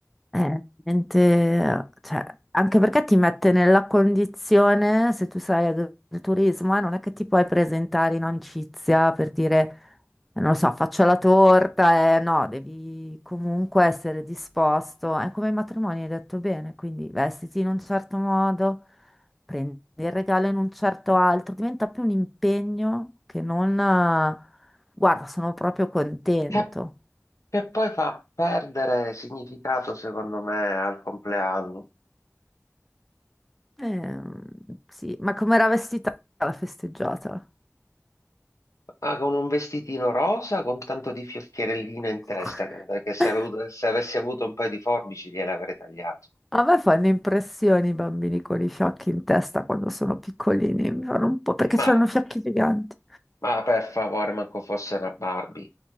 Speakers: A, in the centre; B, on the left (about 75°).
A: Eh, veramente, cioè, anche perché ti mette nella condizione, se tu sai del del turismo, eh, non è che ti puoi presentare in amicizia per dire, non lo so, faccio la torta, eh, no, devi comunque essere disposto. È come i matrimoni, hai detto bene, quindi vestiti in un certo modo, prendi il regalo in un certo altro, diventa più un impegno che non, eh, guarda, sono proprio contento.
B: Che, che poi fa perdere significato, secondo me, al compleanno.
A: Ehm, sì, ma com'era vestita la festeggiata?
B: Ah, con un vestitino rosa, con tanto di fiocchierellino
A: <laughs>
B: in testa, perché se, avevo- se avessi avuto un paio di forbici gliele avrei tagliato.
A: A me fanno impressione i bambini con i fiocchi in testa quando sono piccolini, mi fanno un po' perché
B: Ma,
A: hanno fiocchi giganti.
B: ma per favore, manco fosse una Barbie.